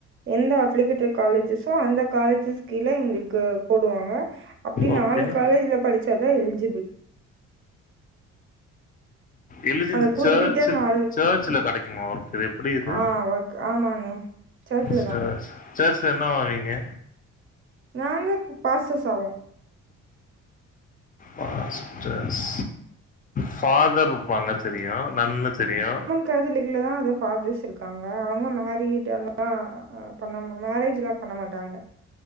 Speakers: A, on the right; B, on the left.
A: எந்த அப்ளிகேட்டர் காலேஜஸோ அந்த காலேஜஸ் கீழ எங்களுக்கு போடுவாங்க அப்டி
B: ஓகே.
A: நாலு காலேஜ்ல படிச்சாதா எலிஜிபிள்
B: எழுதியிருந்துச்சா
A: அந்த குறிப்பிட்ட
B: சர்ச்
A: நாலு
B: சர்ச்ல கிடைக்குமா இது எப்டி இது
A: ஆ ஓக் ஆமாண்ணே சர்ச்ல
B: சேர்
A: தா
B: சேர் ஸ்டேஷன்ல என்னால் இருங்கிங்க
A: நாங்க பாச சாவோ
B: பாஸ்டர்ஸ் ஃபாதர் இருப்பாங்க தெரியு நன்னு தெரியு
A: காதலக்கு தா அந்த பாதர்ஸ் இருக்காங்க அவங்க மேரீட் எல்லா பண்ண மேரேஜ் எல்லா பண்ண மாட்டாங்க